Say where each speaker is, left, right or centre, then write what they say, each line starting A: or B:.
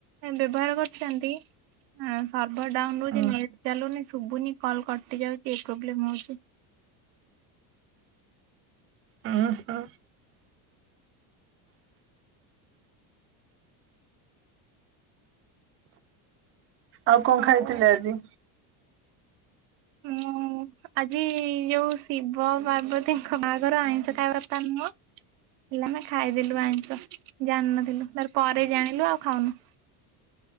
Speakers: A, on the right; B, on the right.
A: ବ୍ୟବହାର କରିଚନ୍ତି ଇ ସର୍ଭର ଡାଉନଉଛି
B: ଉଁ
A: ନେଟ ଚାଲୁନି ସ ଶୁଭୁନି କଲ୍ କଟି ଯାଉଚି ଏ ପ୍ରୋବ୍ଲେମ ହଉଚି।
B: ଓ ହୋ। ଆଉ କଣ
A: ହଉ।
B: ଖାଇଥିଲେ ଆଜି?
A: ମୁଁ ଆଜି ଯୋଉ ଶିବ ପାର୍ବତୀଙ୍କ ବାହାଘର ଆଇଁଷ ଖାଇବାକଥା ନୁହଁ ହେଲେ ଆମେ ଖାଇଦେଲୁ ଆଇଁଷ ଜାଣିନଥିଲୁ ତାର ପରେ ଜାଣିଲୁ ଆଉ ଖାଉନୁ।